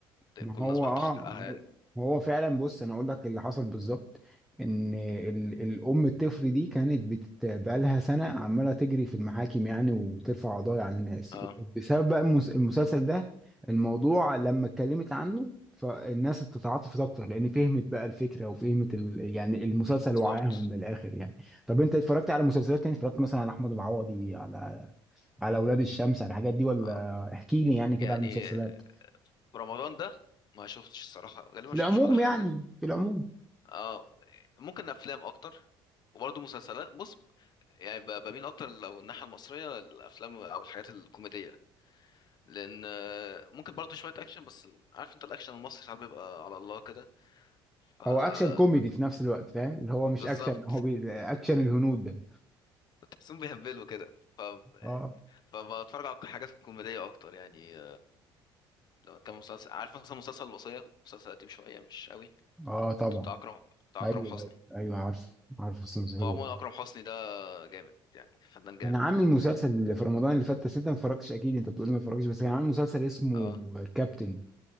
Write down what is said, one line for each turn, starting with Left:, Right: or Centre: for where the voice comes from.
Centre: ما
Left: كل الناس
Centre: هو
Left: بقى
Centre: اه
Left: تاخد حقها يعني
Centre: ما هو فعلا بص انا اقول لك اللي حصل بالظبط ان ال- الام الطفل دي كانت بت- بقالها سنه عماله تجري في المحاكم يعني وترفع قضايا على الناس
Left: اه
Centre: بسبب بقى المس- المسلسل ده الموضوع لما اتكلمت عنه فالناس تتعاطفت اكتر لان فهمت بقى الفكره وفهمت ال... يعني المسلسل
Left: بالظبط
Centre: وعاهم من الاخر يعني طب انت اتفرجت على مسلسلات تاني اتفرجت مثلا على احمد العوضي على على اولاد الشمس على الحاجات دي ولا
Left: آه.
Centre: احكي لي يعني كده
Left: يعني
Centre: على المسلسلات
Left: في رمضان ده ما شفتش الصراحة غالبا
Centre: في
Left: ما شفتش
Centre: العموم
Left: ولا حاجة
Centre: يعني في العموم
Left: اه ممكن افلام اكتر وبرضه مسلسلات بص يعني ب- بميل اكتر لو الناحية المصرية الافلام او الحاجات الكوميدية لان آه، ممكن برضه شوية اكشن بس ال- عارف انت الاكشن المصري ساعات بيبقى على الله كده ف
Centre: هو اكشن كوميدي
Left: ب-
Centre: في نفس الوقت فاهم اللي هو مش
Left: بالظبط
Centre: اكشن هو بي... اكشن الهنود ده
Left: <laughs> تحسهم بيهبلوا كده ف
Centre: اه
Left: فبتفرج على الحاجات الكوميدية اكتر يعني لو كان مسلسل عارف مثلا مسلسل الوصية مسلسل قديم شوية مش قوي
Centre: اه طبعا
Left: بتاع أكرم بتاع
Centre: ايوه
Left: أكرم حسني
Centre: ايوه ايوه عارف عارف بس مسلسل حلو
Left: هو عموما
Centre: والله.
Left: أكرم حسني ده جامد يعني فنان جامد
Centre: كان عامل مسلسل في رمضان اللي فات بس انت ما اتفرجتش اكيد انت بتقولي ما اتفرجتش بس كان عامل مسلسل اسمه
Left: اه
Centre: كابتن